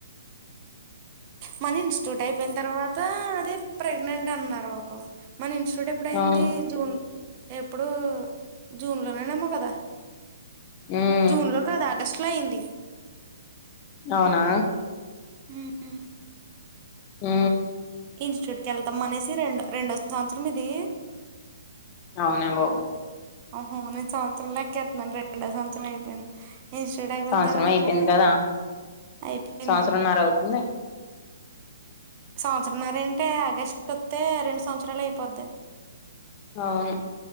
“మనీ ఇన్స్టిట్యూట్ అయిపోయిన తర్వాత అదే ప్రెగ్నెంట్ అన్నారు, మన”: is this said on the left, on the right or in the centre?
Right